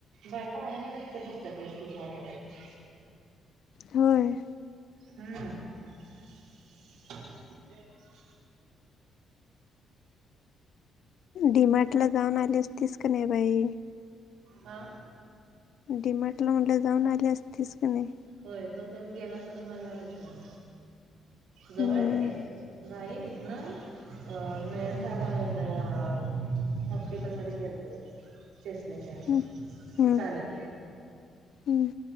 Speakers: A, on the right; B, on the left.
A: बायका <unintelligible> अडंगना बसत्यात एसटीची वाट बगत.
B: होय.
A: हम्म.
B: डीमार्ट ला जाऊन आली स, तीस का नाई बाई?
A: हां?
B: डीमार्टल म्हनले जाऊन आली असतीस का नाई?
A: होय तोपर्यंत गेला असं तर माझी वाट्याची बी आन. जवळ
B: हम्म
A: वय ते बाई. न अ नयन तारा अं न हॉस्पिटलमधे गेलतो, चषम्याच्या
B: हम्म हम्म
A: चालत.
B: हम्म.